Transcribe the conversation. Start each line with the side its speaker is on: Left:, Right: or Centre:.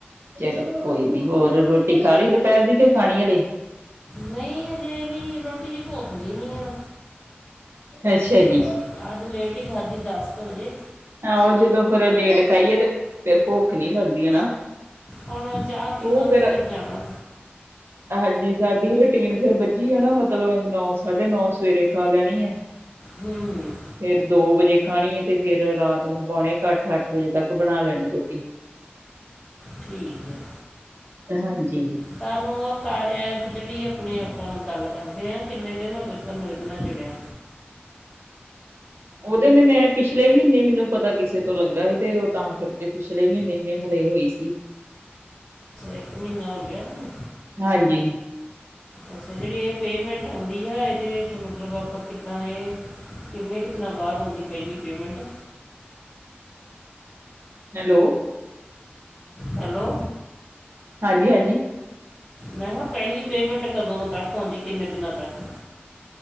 Right: ਚਲੋ ਕੋਈ ਨੀ ਹੋਰ ਰੋਟੀ ਖਾ ਲਈ ਦੁਪਹਿਰ ਦੀ ਕੇ ਖਾਣੀ ਹਲੇ
Left: ਨਹੀਂ ਹਜੇ ਨਹੀਂ ਰੋਟੀ ਦੀ ਭੁੱਖ ਨਹੀਂ ਆ
Right: ਅੱਛਾ
Left: ਹਾਂ,
Right: ਜੀ
Left: ਅੱਜ ਲੇਟ ਹੀ ਖਾਧੀ ਦਸ ਕੁ ਵਜੇ
Right: ਆਹ ਉਹ ਜਦੋਂ ਫਰ ਲੇਟ ਖਾਈਏ ਤੇ ਫਿਰ ਭੁੱਖ ਨਹੀਂ ਲੱਗਦੀ ਹੈ ਨਾ
Left: ਹੁਣ ਚਾਹ ਪੀਵਾਂਗੇ
Right: ਉਹ ਫਿਰ
Left: ਜਾਣਾ
Right: ਹਾਂਜੀ ਸਾਡੀ ਰੂਟੀਨ ਫਿਰ ਵੱਜੀ ਆ ਨਾ ਮਤਲਬ ਆ ਨੌ ਸਾਢੇ ਨੌ ਸਵੇਰੇ ਖਾ ਲੈਣੀ ਹੈ।
Left: ਹੂੰ,,,
Right: ਫਿਰ ਦੋ ਵਜੇ ਖਾਣੀ ਤੇ ਫਿਰ ਰਾਤ ਨੂੰ ਪੌਣੇ ਕ ਅੱਠ ਅੱਠ ਵਜੇ ਤੱਕ ਬਣਾ ਲੈਣੀ ਰੋਟੀ
Left: ਠੀਕ ਹੈ।
Right: ਹਾਂਜੀ
Left: ਤੁਹਾਨੂੰ ਉਹ ਕਰ ਐਪ ਜਿਹੜੀ ਆਪਣੇ ਆਪਾਂ ਗੱਲ ਕਰਦੇ ਹਾਂ ਕਿੰਨੇ ਦਿਨ ਹੋ ਗਏ ਤੁਹਾਨੂੰ ਇਹਦੇ ਨਾਲ ਜੁੜਿਆ
Right: ਉਹਦੇ ਮੈਂ ਪਿਛਲੇ ਮਹੀਨੇ ਮੈਨੂੰ ਪਤਾ ਕਿਸੇ ਤੋਂ ਲੱਗਾ ਸੀ ਤੇ ਉਹ ਤਾਂ ਕਰਕੇ ਪਿਛਲੇ ਮਹੀਨੇ ਵੇ ਹਲੇ ਹੋਈ ਸੀ।
Left: ਇੱਕ ਮਹੀਨਾ ਹੋ ਗਿਆ ਤੁਹਾਨੂੰ
Right: ਹਾਂਜੀ
Left: ਅੱਛਾ ਜਿਹੜੀ ਇਹ ਪੇਮੈਂਟ ਆਉਂਦੀ ਆ ਇਹ ਮਤਲਬ ਆਪਾਂ ਕਿੱਦਾਂ ਇਹ ਕਿੰਨੇ ਕੁ ਦਿਨਾਂ ਬਾਅਦ ਆਉਂਦੀ ਪਹਿਲੀ ਪੇਮੈਂਟ
Right: ਹੈਲੋ
Left: ਹੈਲੋ
Right: ਹਾਂਜੀ ਹਾਂਜੀ
Left: ਮੈਂ ਕਿਹਾ ਪਹੈਲੀ ਪੇਮੈਂਟ ਕਦੋਂ ਤੱਕ ਆਉਂਦੀ ਕਿੰਨੇ ਦਿਨਾਂ ਤੱਕ